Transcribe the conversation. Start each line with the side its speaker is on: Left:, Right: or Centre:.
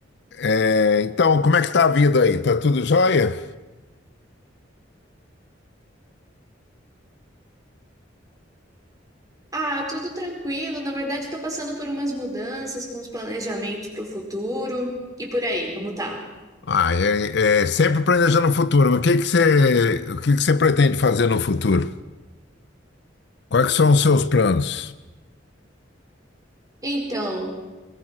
Left: É, então, como é que tá a vida aí? Tá tudo jóia?
Right: Ah, tudo tranquilo. Na verdade, estou passando por umas mudanças com os planejamentos para o futuro e por aí, como tá?
Left: Ah, é, é sempre planejando o futuro. O que que você, o que que você pretende fazer no futuro? Quais que são os seus planos?
Right: Então,